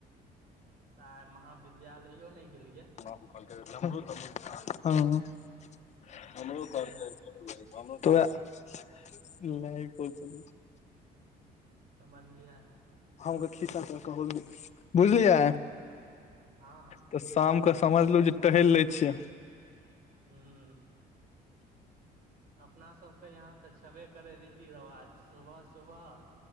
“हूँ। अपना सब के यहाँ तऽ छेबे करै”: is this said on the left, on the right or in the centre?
Right